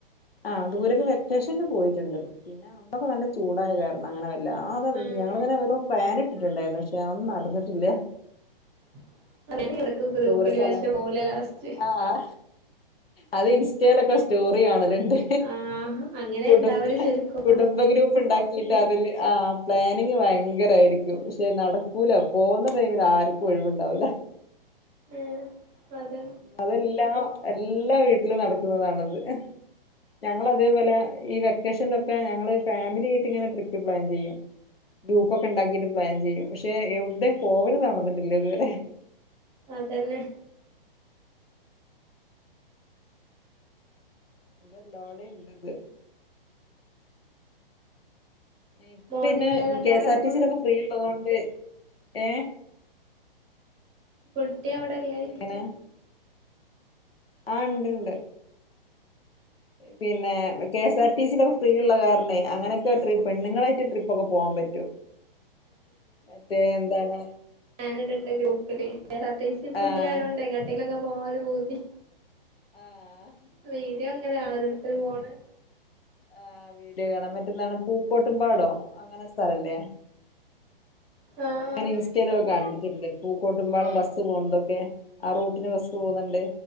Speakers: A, on the left; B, on the right.
A: ആ ദൂരേക്ക് വെക്കേഷൻല് പോയിട്ടുണ്ട് പിന്നെ അന്നൊക്കെ നല്ല ചൂടായ കാരണം അങ്ങനെ വെ <unintelligible> അതാ
B: ആഹ്
A: ഞങ്ങളിങ്ങനെ ഓരോ പ്ലാനിട്ടിട്ടുണ്ടായിരുന്നു പക്ഷെ അതൊന്നും നടന്നിട്ടില്ല
B: <unintelligible> എടക്കും ഗ്രൂപ്പില്
A: ദൂര സ്ഥലങ്ങൾ
B: പക്ഷെ പോവൂല ലാസ്റ്റ്
A: ആഹ് അത് ഇൻസ്റ്റേലൊക്കെ സ്റ്റോറിയാ ക്കല്ണ്ട്
B: ആഹ് അങ്ങനെ
A: കുടുംബ
B: ഇണ്ടാവല് ശരിക്കും
A: കുടുംബ ഗ്രൂപ്പ് ഉണ്ടാ <unintelligible> ആ പ്ലാനിങ് ഭയങ്കരായിരിക്കും പക്ഷെ നടക്കൂല പോണ ടൈമിൽ ആർക്കും ഒഴിവ് ണ്ടാവൂല
B: ഏഹ് അതെ
A: അതെല്ലാം എല്ലാ വീട്ടിലും നടക്കുന്നതാണത് ഞങ്ങളതേപോലെ ഈ വെക്കേഷനിലൊക്കെ ഞങ്ങള് ഫാമിലി ആയിട്ട് ഇങ്ങനെ ട്രിപ്പ് പ്ലാൻ ചെയ്യും ഗ്രൂപ്പൊക്കെ ഇണ്ടാക്കിട്ട് പ്ലാൻ ചെയ്യും പക്ഷെ എവിടേം പോവല് നടന്നിട്ടില്ല ഇതുവരെ
B: അതന്നെ
A: അതെല്ലാടിം ഇണ്ട് ഇപ്പൊ
B: മോനില്ല
A: പിന്നെ
B: എന്നിട്ട്
A: കെ
B: ആടെ
A: എസ് ആർ ടി
B: മോള്
A: സി ലൊക്കെ ഫ്രീ ഇള്ളതോണ്ട് ഏ
B: കുട്ടി അവിടെല്ലേ ചോയ്ച്ച
A: എങ്ങനെ ആ ഇണ്ട്ണ്ട് പിന്നെ കെ എസ് ആർ ടി സിലൊക്കെ ഫ്രീ ഇള്ള കാരണെ അങ്ങനൊക്കെ ട്രി പെണ്ണ്ങ്ങളേറ്റ് ട്രിപ്പൊക്കെ പോവാം. പറ്റും മറ്റേ എന്താണ്?
B: ഞാൻ ഇട്ണ്ട് ഗ്രൂപ്പില്. വേറെ അത്യാവശ്യം ഇപ്പൊ
A: ആഹ്
B: ഫ്രീ ആയോണ്ട് എങ്ങോട്ടേലുഒക്കെ പാല് ഊതി
A: ആഹ്
B: വീട എങ്ങനെയാ ഓരോരുത്തരും പോണേ?
A: ആ വീഡിയോ കാണാൻ മറ്റെന്താണ് പൂക്കോട്ടും പാടോ അങ്ങനെ <unintelligible> ല്ലേ
B: ആഹ്
A: ഇങ്ങനെ ഇൻസ്റ്റയിലൊക്കെ കാണ്ണ്ട് ണ്ട് പൂക്കോടുമ്പാടം ബസ്സ് പൊവ്ണ്ടോക്കെ ആ റൂട്ടിന് ബസ്സ് പോക്ണ് ണ്ട്.